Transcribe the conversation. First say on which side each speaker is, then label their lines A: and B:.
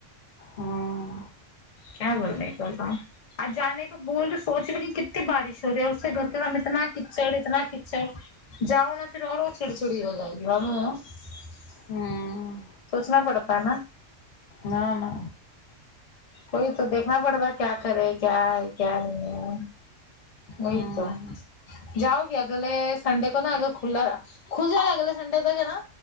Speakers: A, on the left; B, on the left.
A: ہاں
B: کیا بول <unintelligible> آج جانے کے بول رہی سوچ رہی کتنی بارش ہو رہی ہے اور اس کے گھر کے سام اتنا کچڑ اتنا کچڑ جاؤ نا پھر اور وہ چڑ چڑی ہو جائے گی <unintelligible>
A: ہوں
B: سوچنا پڑتا ہے نا
A: نہ نہ
B: کوئی تو دیکھنا پڑتا کیا کرے کیا ہے کیا نہیں ہے وہی
A: ہوں
B: تو جاؤ گی اگلے سنڈے کو نا اگر کھلا رہا کھل جائے گا اگے سنڈے تک ہے نا